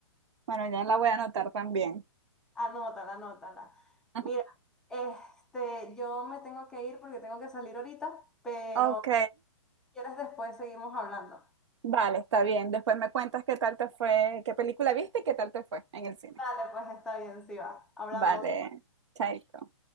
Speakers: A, on the right; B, in the centre.
A: Bueno, ya la voy a anotar también.
B: Anótala, anótala.
A: <laughs>
B: Mira, este, yo me tengo que ir porque tengo que salir ahorita, pero
A: Ok,
B: si quieres después seguimos hablando.
A: vale, está bien. Después me cuentas qué tal te fue, qué película viste y qué tal te fue en el cine.
B: Dale, pues está bien, sí va. Hablamos.
A: Vale, chaito.